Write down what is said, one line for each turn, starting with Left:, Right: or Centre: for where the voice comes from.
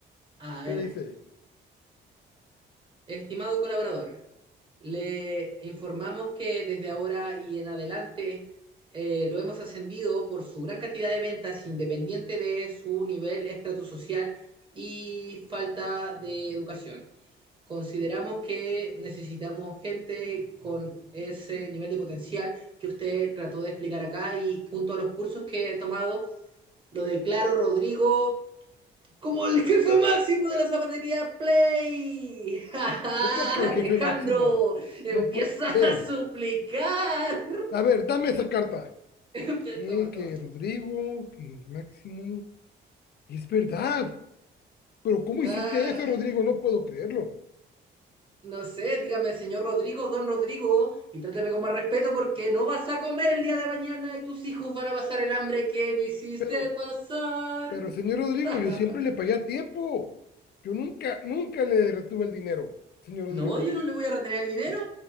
Right: A ver,
Left: ¿qué dice?
Right: estimado colaborador, le informamos que desde ahora y en adelante eh, lo hemos ascendido por su gran cantidad de ventas independiente de su nivel estratosocial y falta de educación. Consideramos que necesitamos gente con ese nivel de potencial que usted trató de explicar acá y junto a los cursos que he tomado, lo declaro Rodrigo Como el jefe máximo de la zapatería Play. <laughs> ¡Ja, ja!
Left: ¿Cómo que el
Right: Alejandro
Left: jefe máximo?
Right: empieza
Left: No puede
Right: a
Left: ser.
Right: suplicar.
Left: A ver, dame esa carta.
Right: <laughs>
Left: Eh,
Right: Toma, toma.
Left: que Rodrigo, que Máximo. Es verdad. Pero ¿cómo
Right: Ah,
Left: hiciste eso, Rodrigo? No puedo creerlo.
Right: no sé, dígame, señor Rodrigo, don Rodrigo, y trátame con más respeto porque no vas a comer el día de mañana y tus hijos van a pasar el hambre que me hiciste
Left: Pero,
Right: pasar.
Left: pero, señor Rodrigo,
Right: <laughs>
Left: yo siempre le pagué a tiempo. Yo nunca, nunca le retuve el dinero, señor
Right: No,
Left: Rodrigo.
Right: yo no le voy a retener el dinero,